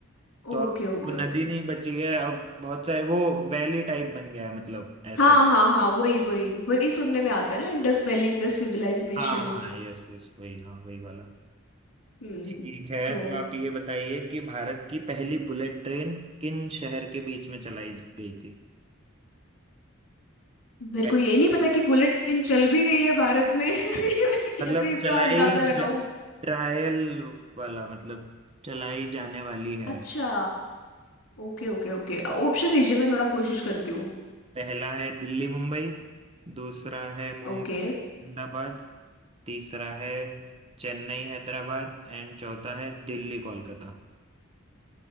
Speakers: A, on the right; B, on the left.
A: तो
B: Okay
A: अब
B: okay
A: वो नदी
B: okay
A: नहीं बची है अब बहुत सारे वो वैली टाइप बन गया है मतलब ऐसा
B: हाँ
A: ही
B: हाँ हाँ वही वही वही सुनने में आता है ना Indus valley Indus civilisation
A: हाँ हाँ यस यस वही हाँ वही वाला
B: Hmm
A: ठीक है
B: तो
A: तो आप ये बताइए कि भारत की पहली बुलेट ट्रेन किन शहर के बीच में चलाई गई थी
B: मेरे
A: पह-
B: को यही नहीं पता कि बुलेट ट्रेन चल भी गई है भारत में <laughs> ये मैं कैसे
A: मतलब
B: इसका
A: चलाई
B: अंदाजा लगाऊं
A: ज- ट्रायल वाला मतलब चलाई जाने वाली है
B: अच्छा ओके ओके ओके ऑप्शन दीजिए मैं थोड़ा कोशिश करती हूँ
A: पहला है दिल्ली मुंबई दूसरा है मुंबई
B: ओके
A: अहमदाबाद तीसरा है चेन्नई हैदराबाद एंड चौथा है दिल्ली कोलकाता